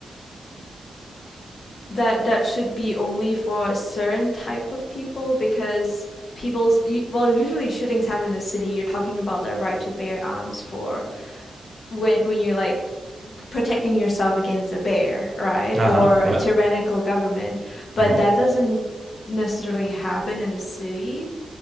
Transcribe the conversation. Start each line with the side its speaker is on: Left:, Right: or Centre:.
Left: that that should be only for a certain type of people because people's u- well usually shootings happen in the city. You're talking about the right to bear arms for when when you're like protecting yourself against a bear, right?
Right: Uh
Left: Or
Right: huh.
Left: a
Right: Well,
Left: tyrannical government. But
Right: mhm.
Left: that doesn't necessarily happen in a city.